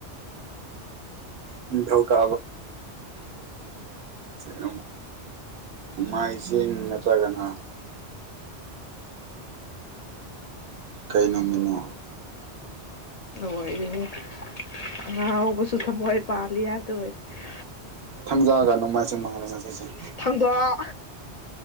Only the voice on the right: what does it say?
ꯅꯤꯡꯊꯧꯀꯥ <unintelligible> ꯅꯣꯡꯃꯥꯏꯖꯤꯡ ꯅꯠꯇꯔꯒꯅ ꯀꯩ ꯅꯨꯃꯤꯠꯅꯣ?
ꯊꯪꯖ ꯒ ꯅꯣꯡꯃꯥꯏꯖꯤꯡ ꯃꯥꯜꯂꯦ ꯉꯁꯤꯁꯦ ꯫